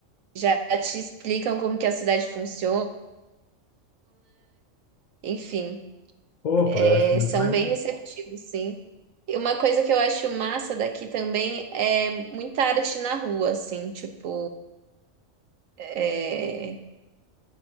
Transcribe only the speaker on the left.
Pô, parece
muito
legal.